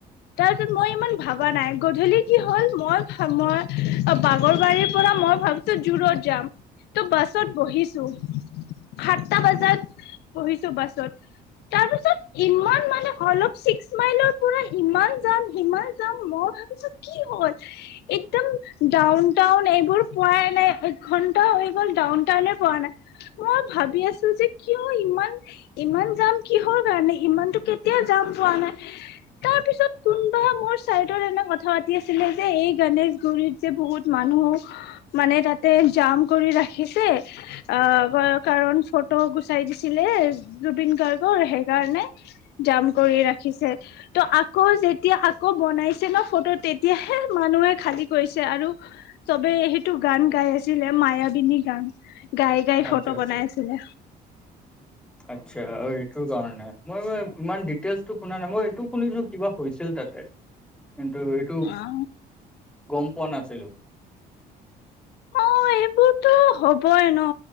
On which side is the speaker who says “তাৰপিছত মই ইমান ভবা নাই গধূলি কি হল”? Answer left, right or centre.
Left